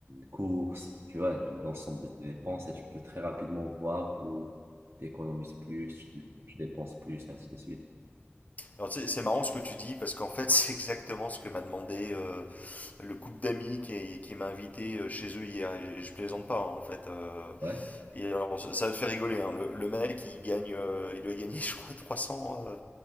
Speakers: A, on the right (about 65°); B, on the left (about 35°).
A: courses, tu vois, l'ensemble de tes dépenses et tu peux très rapidement voir où tu économises plus, tu, tu dépenses plus, et ainsi de suite.
B: Alors, tu sais, c'est marrant ce que tu dis, parce qu'en fait, <laughs> c'est exactement ce que m'a demandé euh, le couple d'amis qui, qui m'a invité euh, chez eux hier. Et je plaisante pas, hein, en fait. Euh,
A: Ouais,
B: Et alors, ça va te faire rigoler, hein. le, le mec, il gagne, euh, il doit gagner, <laughs> je crois, 300, euh,